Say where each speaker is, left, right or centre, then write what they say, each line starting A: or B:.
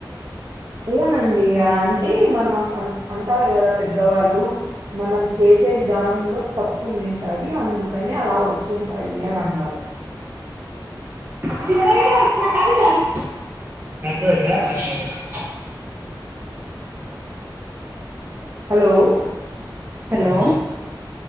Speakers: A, on the right; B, on the right.
A: ఉనండి అంటే మనం అ అంటారు కదా పెద్దవాళ్ళు మనం చేసే విధానంలో తప్పుండింటది అందుకని అలా వచ్చింటాయి అని అన్నారు
B: కా న
A: హలో
B: హలో